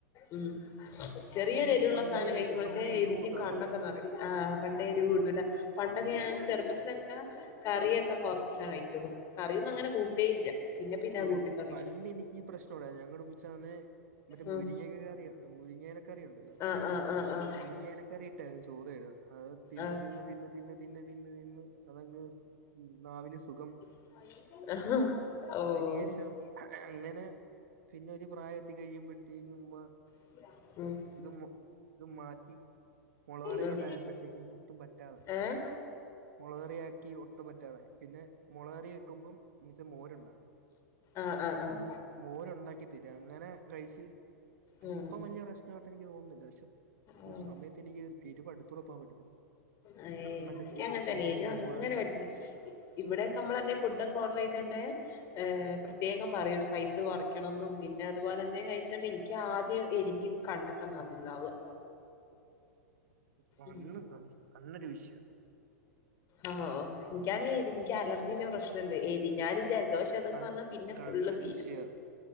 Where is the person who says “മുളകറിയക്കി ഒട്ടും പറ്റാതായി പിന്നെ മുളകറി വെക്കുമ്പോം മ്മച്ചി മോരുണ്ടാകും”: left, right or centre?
Right